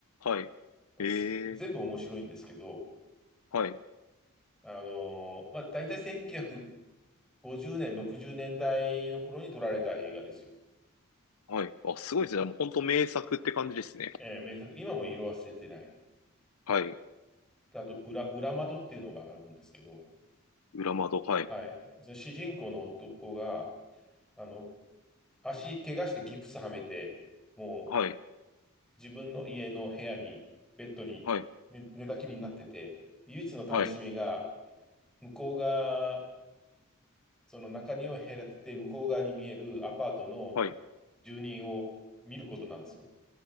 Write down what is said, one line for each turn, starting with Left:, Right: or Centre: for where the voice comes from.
Left: はい。
Centre: す全部面白いんですけど、
Left: ええはい。
Centre: あのーまあ、大体1950年、60年代の頃に撮られた映画ですよ。
Left: はい。あ、すごいですね。もう本当名作って感じですね。
Centre: えー名作、今も色褪せてない。
Left: はい。
Centre: であと裏、裏窓っていうのがあるんですけど、
Left: 裏窓。はい。
Centre: はい。その主人公の男が、あの、足怪我してギプスはめて、もう
Left: はい。
Centre: 自分の家の部屋に、ベッドに寝、
Left: はい。
Centre: 寝たきりになってて、唯一の楽しみが、
Left: はい。
Centre: 向こう側、その中庭を隔てて、向こう側に見えるアパートの
Left: はい。
Centre: 住人を見ることなんですよ。